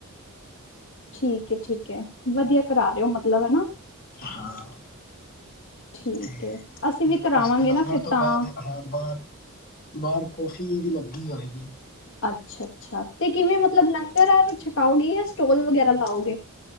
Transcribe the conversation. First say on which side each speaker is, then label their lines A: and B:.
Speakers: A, on the left; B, on the left.
A: ਠੀਕ ਏ ਠੀਕ ਏ ਵਧੀਆ ਕਰਾ ਰਹੇ ਹੋ ਮਤਲਬ ਹਨਾ
B: ਹਾਂ
A: ਠੀਕ
B: ਤੇ
A: ਏ ਅਸੀਂ ਵੀ ਕਰਾਵਾਂਗੇ
B: ਪਰ ਲੰਗਰ
A: ਨਾ ਫਿਰ
B: ਤੋਂ
A: ਤਾਂ
B: ਬਾਅਦ ਹਾਂ ਬਾਹਰ, ਬਾਹਰ ਕੌਫੀ ਵੀ ਲੱਗੀ ਹੋਏਗੀ
A: ਅੱਛਾ, ਅੱਛਾ ਤੇ ਕਿਵੇਂ ਮਤਲਬ ਲੰਗਰ ਛਕਾਓਗੇ ਜਾਂ ਸਟੋਲ ਵਗੈਰਾ ਲਾਓਗੇ